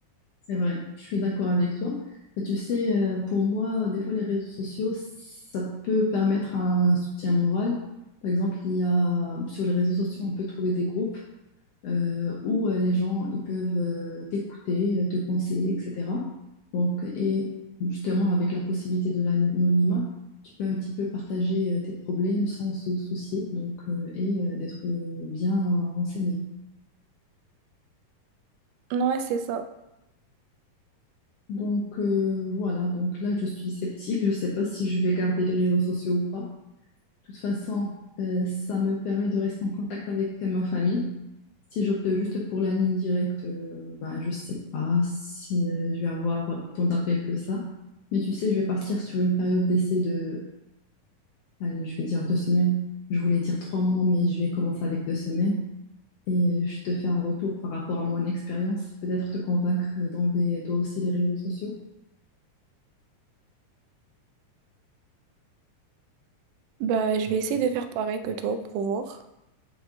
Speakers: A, on the left; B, on the right.
A: C'est vrai, je suis d'accord avec toi. Et tu sais, euh, pour moi, des fois, les réseaux sociaux, ça peut permettre un soutien moral. Par exemple, il y a, sur les réseaux sociaux, on peut trouver des groupes euh, où euh, les gens ils peuvent euh, t'écouter, euh, te conseiller, etc. Donc, et justement, avec la possibilité de l'anonymat, tu peux un petit peu partager euh, tes problèmes sans se soucier donc, euh, et euh, d'être euh, bien euh, renseigné.
B: Ouais, c'est ça.
A: Donc euh, voilà, donc là je suis sceptique, je ne sais pas si je vais garder les réseaux sociaux ou pas. De toute façon, euh, ça me permet de rester en contact avec ma famille. Si j'opte juste pour la ligne directe, euh, bah, je ne sais pas si euh, je vais avoir autant d'appels que ça. Mais tu sais, je vais partir sur une période d'essai de, allez, je vais dire deux semaines. Je voulais dire trois mois, mais je vais commencer avec deux semaines. Et je te fais un retour par rapport à mon expérience. Peut-être te convaincre euh, d'enlever toi aussi les réseaux sociaux.
B: Bah, je vais essayer de faire pareil que toi pour voir,